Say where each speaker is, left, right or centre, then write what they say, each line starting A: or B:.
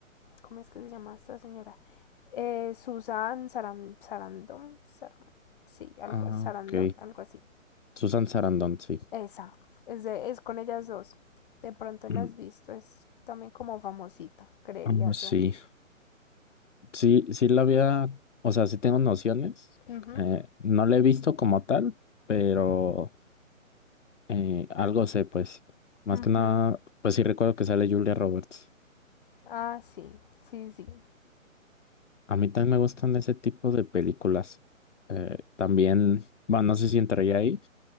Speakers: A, on the left (about 40°); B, on the left (about 60°).
A: ¿cómo es que se llama esta señora? Eh, Susan Saran- Sarandon, Sar- sí, algo,
B: Ah,
A: Sarandon,
B: ok.
A: algo así.
B: Susan Sarandon, sí.
A: Esa, es, de, es con ellas dos. De pronto la
B: Mm,
A: has visto, es también como famosita, creería
B: ah,
A: yo.
B: sí, sí, sí la había, o sea, sí tengo nociones.
A: Ujú.
B: Eh, no la he visto como tal, pero... Eh, algo sé, pues. Más
A: Ujú.
B: que nada, pues sí recuerdo que sale Julia Roberts.
A: Ah, sí, sí, sí.
B: A mí también me gustan ese tipo de películas. Eh, también, bueno, no sé si entraría ahí,